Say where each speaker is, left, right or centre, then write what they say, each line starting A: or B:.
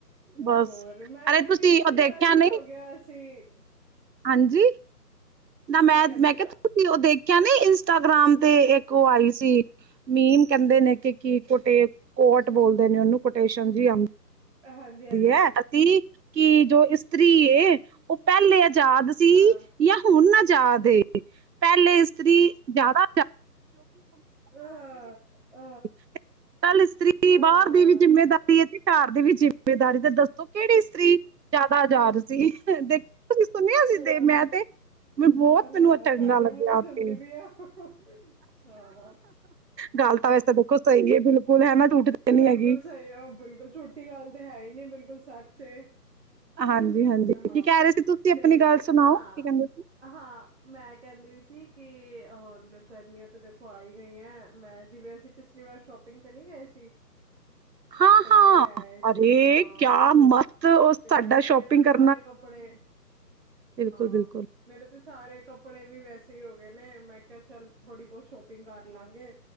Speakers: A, on the right (about 80°); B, on the right (about 40°).
A: ਬਸ।
B: ਹੋਰ ਮੈਂ
A: ਅਰੇ
B: ਕਹਿੰਦੀ
A: ਤੁਸੀਂ
B: ਵੀ ਸੀ
A: ਉਹ ਦੇਖਿਆ
B: ਬੜਾ ਚਿਰ
A: ਨਹੀਂ
B: ਹੋ ਗਿਆ ਸੀ ਹਮ
A: ਹਾਂਜੀ। ਨਾ ਮੈਂ
B: ਕੀ ਕਹਿੰਦੇ
A: ਮੈਂ
B: ਪਏ
A: ਕਿਹਾ
B: ਹੋ
A: ਤੁਸੀਂ ਉਹ ਦੇਖਿਆ ਨ ਇੰਸਟਾਗ੍ਰਾਮ। ਤੇ ਇੱਕ ਉਹ ਆਈ ਸੀ। ਮੀਮ ਕਹਿੰਦੇ ਨੇ ਕਿ ਕੀ ਕੋਟੇ ਕੋਟ ਬੋਲਦੇ ਨੇ ਉਹਨੂੰ ਕੋਟੇਸ਼ਨ ਜੀ ਆ <unintelligible>
B: ਹਾਂਜੀ ਹਾਂਜੀ
A: ਉਹ ਪਹਿਲੇ ਅ ਯਾਦ ਸੀ
B: ਹਾਂ
A: ਜਾਂ ਹੁਣ ਨਾ ਜਾ ਦੇ। ਪਹਿਲੇ ਇਸਤਰੀ ਜ਼ਿਆਦਾ
B: ਆਹ ਹੋ
A: ਅੱ ਕੱਲ ਇਸਤਰੀ
B: ਹਾਂ
A: ਬਾਹਰ ਦੀ ਵੀ ਜਿੰਮੇਦਾਰੀ ਹੈ। ਤੇ ਘਰ ਦੀ ਵੀ ਜਿਮ ਦਾਰੀ ਤੇ ਦੱਸ ਕਿਹੜੀ ਇਸਤਰੀ ਜ਼ਿਆਦਾ ਆਜ਼ਾਰ ਦੇਖ ਤੁਂ ਸੁਣਿਆ ਸੀ
B: ਹਾਂ
A: ਤੇ ਮੈਂ ਤੇ ਮ ਬਹੁਤ
B: ਹਾਂ
A: ਮੈਨੂੰ ਚੰਗਾ
B: ਤੁਹਾਡੇ ਮੂੰਹ
A: ਲੱਗਿਆ
B: ਹੀ
A: ਉੱਥ।
B: ਸੁਣਦੀ <unintelligible> ਹਾਂ
A: ਗੱਲ ਤਾਂ ਵੈਸੇ ਦੇਖੋ ਸਹੀ ਹੈ ਬਿਲਕੁਲ ਹੈ ਨਾ ਝੂਠ ਤੇ ਨੀ
B: ਬਿਲਕੁਲ
A: ਹੈਗੀ।
B: ਸਹੀ ਆਹ ਬਿਲਕੁਲ ਛੋਟੀ ਗੱਲ ਤੇ ਹੈ। ਹੀ ਨਹੀਂੀ ਬਿਲਕੁਲ ਸੱਚ ਏ
A: ਹਾਂਜੀ-ਹਾਂਜੀ
B: ਹਾਂ
A: ਕੀ ਕਹਿ ਰਹੇ ਸੀ ਤੁਸੀਂ ਆਪਣੀ
B: ਤੇ
A: ਗੱਲ ਸੁਣਾਓ
B: ਹਾਂ,
A: ਕੀ ਕਹਿੰਦੇ ਸੀ?
B: ਹਾਂ, ਮੈਂ ਕਹਿੰਦੀ ਵੀ ਸੀ ਕੀ ਹੁਣ ਗਰਮੀਆਂ ਤੇ ਦੇਖੋ ਆਈ ਗਈਆਂ, ਮੈਂ ਜਿਵੇਂ ਅਸੀਂ ਪਿਛਲੀ ਵਾਰ ਸ਼ੋਪਿੰਗ ਤੇ ਨੀ ਗਏ ਸੀ।
A: ਹਾਂ
B: ਕੱਪੜੇ
A: ਹਾਂ,
B: ਲੈ ਆਏ ਸੀ
A: ਅਰੇ
B: ਹਾਂ
A: ਕਿਆ
B: ਸੂਟ
A: ਮਸਤ ਉਹ ਸਾਡਾ
B: ਤੇ
A: ਸ਼ੋਪਿੰਗ
B: ਮੇਰੇ ਨਾ
A: ਕਰ
B: ਸਾਰੇ ਕੱਪੜੇ,
A: ਬਿਲਕੁਲ-ਬਿਲਕੁਲ
B: ਹਾਂ ਮੇਰੇ ਤੇ ਸਾਰੇ ਕੱਪੜੇ ਵੀ ਵੈਸੇ ਹੀ ਹੋ ਗਏ ਨੇ ਮੈਂ ਕਿਹਾ ਚੱਲ ਥੋੜ੍ਹੀ ਬਹੁਤ ਸ਼ੋਪਿੰਗ ਕਰ ਲਾਂਗੇ,